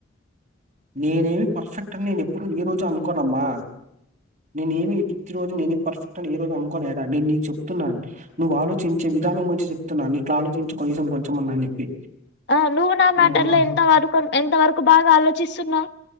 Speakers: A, on the right; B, on the left.
A: నేనే ఎమి పర్ఫెక్ట్ అని నేను ఎప్పుడు ఏ రోజు అనుకోన్ అమ్మా నేనే ఎమి ఈ ప్రతి రోజు నేనే ఎం పర్ఫెక్ట్ అని ఏ రోజు అనుకోన్ ఏడా నేను నీకు చెప్తు ఉన్నా నువ్వు ఆలోచించే వి విధానం గురించి చెప్తుఉన్నా నీక్ ఆలోచించు కోనీ కనీసం కొంచం ఉన్న అని చెప్పి
B: ఆ నువ్వు నా మ్యాటర్
A: హ్మ్.
B: లో ఎంత వరకు ఎంత వరకు బాగా ఆలోచిస్తు ఉన్నావు